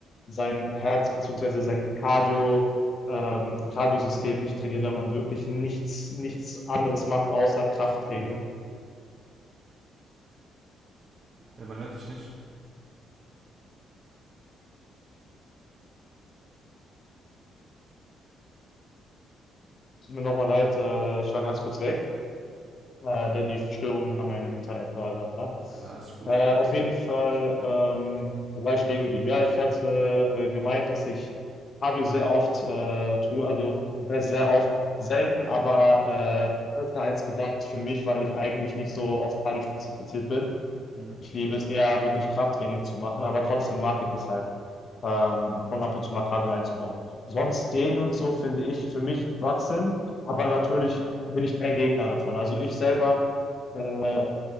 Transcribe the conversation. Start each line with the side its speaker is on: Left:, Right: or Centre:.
Left: sein Herz beziehungsweise sein Cardio, ähm,
Right: Mhm.
Left: Cardiosystem nicht trainiert, wenn man wirklich nichts, nichts anderes macht außer Krafttraining.
Right: Äh, äh, man hört dich nicht.
Left: Tut mir nochmal leid, äh, ich war ganz kurz weg. Äh, da die Störung an meinem Internet war gerade. da.
Right: Ja, alles gut.
Left: Äh, auf jeden Fall, ähm, wo war ich stehen geblieben? Ja, ich hatte, äh, gemeint, dass ich Radio sehr oft, äh, tue. Also, das heißt sehr oft, selten, aber, äh, öfter als gedacht für mich, weil ich eigentlich nicht so auf Radio spezifiziert bin.
Right: Mhm.
Left: Ich liebe es eher, wirklich Krafttraining zu machen, aber trotzdem mag ich es halt ähm, schon ab und zu mal Cardio einzubauen. Sonst den und so finde ich für mich Schwachsinn, aber natürlich bin ich kein Gegner davon. Also ich selber
Right: Nö,
Left: äh,